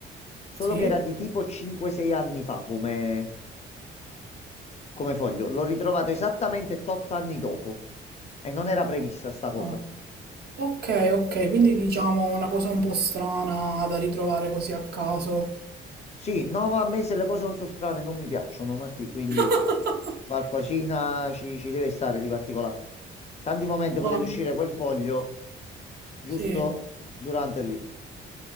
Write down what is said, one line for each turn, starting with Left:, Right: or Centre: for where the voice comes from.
Left: solo
Right: sì.
Left: che era di tipo 5-6 anni fa come come foglio. L'ho ritrovato esattamente 8 anni dopo e non era prevista sta cosa.
Right: Ah. Ok, ok, quindi diciamo una cosa un po' strana da ritrovare così a caso.
Left: Sì, no, ma a me se le cose non sono strane non mi piacciono, Martì, quindi
Right: <laughs>
Left: qualcosina ci, ci deve stare di particolare. Tanti momenti poteva
Right: No,
Left: uscire quel foglio giusto
Right: sì.
Left: durante lì.